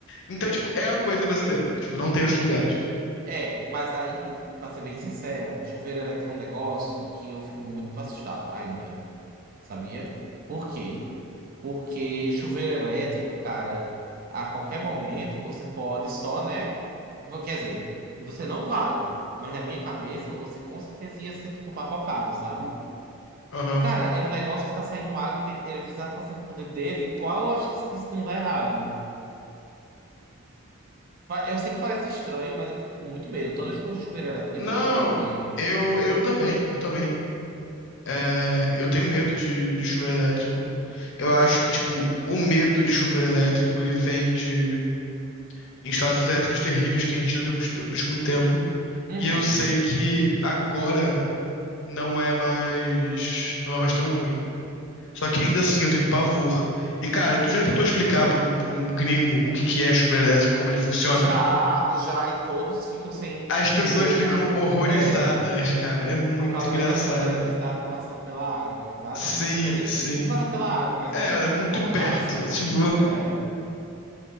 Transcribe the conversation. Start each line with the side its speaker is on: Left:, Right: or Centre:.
Left: Então, tipo, é a coisa brasileira, né? Tipo, não tem outros lugares.
Right: É, mas aí, pra ser bem sincero, chuveiro elétrico é um negócio que eu fico muito assustado ainda. sabia? Por quê? Porque chuveiro elétrico, cara, a qualquer momento você pode só, né? Vo- Quer dizer, você não vai, mas na minha cabeça você com certeza ia ser tipo papocado, sabe?
Left: Aham.
Right: Cara, é um negócio que tá saindo água e tem eletricidade passando por dentro dele. Qual a chance disso não dar errado? Pa- Eu sei que parece estranho, mas eu fico com muito medo. Toda vez que eu uso chuveiro elétrico,
Left: Não,
Right: eu ainda tenho medo de.
Left: eu, eu também, eu também. É, eu tenho medo de, de chuveiro elétrico. Eu acho que, tipo, o medo de chuveiro elétrico, ele vem de instalações elétricas terríveis que a gente durante durante muito tempo.
Right: Uhum.
Left: E eu sei que agora não é mais, não é mais tão ruim. Só que ainda assim eu tenho pavor. E cara, tu já tentou explicar pra um, pra um gringo o que que é chuveiro elétrico, como ele funciona?
Right: Já, já, e todos ficam sem,
Left: As
Right: assim,
Left: pessoas
Right: meio.
Left: ficam horrorizadas,
Right: É.
Left: cara. É muito
Right: Por causa
Left: engraçado.
Right: da questão da eletricidade passando pela água, exatamente.
Left: Sim,
Right: Quer dizer,
Left: sim.
Right: não passa pela água, mas
Left: É,
Right: assim, de certa
Left: é muito
Right: forma
Left: perto.
Right: passa, né?
Left: Tipo,
Right: É.